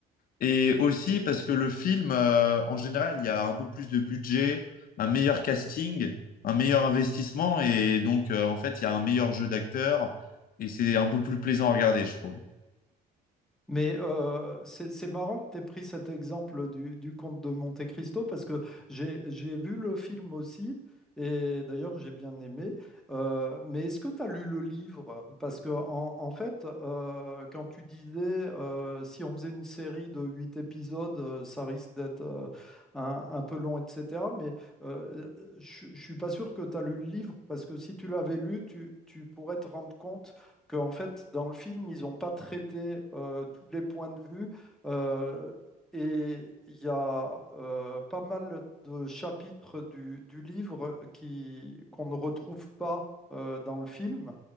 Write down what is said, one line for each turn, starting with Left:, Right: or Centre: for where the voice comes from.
Left: Et aussi parce que le film, euh, en général, il y a un peu plus de budget, un meilleur casting, un meilleur investissement, et donc, euh, en fait, il y a un meilleur jeu d'acteurs, et c'est un peu plus plaisant à regarder, je trouve.
Centre: Mais euh, c'est c'est marrant que tu aies pris cet exemple du, du comte de Monte-Cristo parce que j'ai j'ai vu le film aussi et d'ailleurs j'ai bien aimé. Euh, mais est-ce que tu as lu le livre? Parce que en, en fait, euh, quand tu disais euh, si on faisait une série de huit épisodes, euh, ça risque d'être euh, un, un peu long, etc. Mais euh, je ne suis pas sûr que tu as lu le livre parce que si tu l'avais lu, tu, tu pourrais te rendre compte que, en fait, dans le film, ils n'ont pas traité euh, tous les points de vue. euh, et il y a euh, pas mal de chapitres du, du livre qui, qu'on ne retrouve pas euh, dans le film.